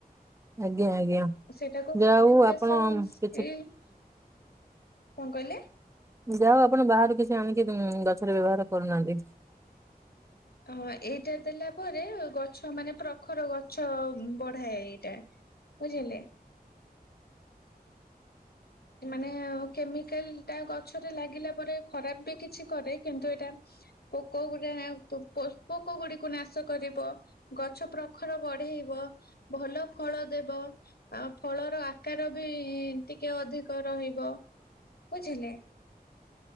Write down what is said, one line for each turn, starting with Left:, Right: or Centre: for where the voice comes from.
Right: ଆଜ୍ଞା ଆଜ୍ଞା
Left: ସେଟାକୁ
Right: ଯାହା
Left: ଫର୍ମଟସନ
Right: ହଉ ଆପଣ
Left: ସ୍କିଲି
Right: କିଛି
Left: <inaudible> କଣ କହିଲେ?
Right: ଯାହା ହଉ ଆପଣ ବାହାରୁ କିଛି ଆଣିକି ଗଛରେ ବ୍ୟବହାର କରୁନାହାନ୍ତି।
Left: ହଁ ଏଇଟା ଦେଲା ପରେ ଗଛ ମାନେ ପ୍ରଖର ଗଛ ବଢାଏ ଏଇଟା। ବୁଝିଲେ? ମାନେ କେମିକାଲ ଟା ଗଛରେ ଲାଗିଲା ପରେ ଖରାପ ବି କିଛି କରେ କିନ୍ତୁ ଏଇଟା ପୋକ ଗୁଡା ପୋକ ଗୁଡିକୁ ନାଶ କରିବ। ଗଛ ପ୍ରଖର ବଢେଇବ। ଭଲ ଫଳ ଦେବ ଆ ଫଳର ଆକାର ବି ଟିକେ ଅଧିକ ରହିବ ବୁଝିଲେ।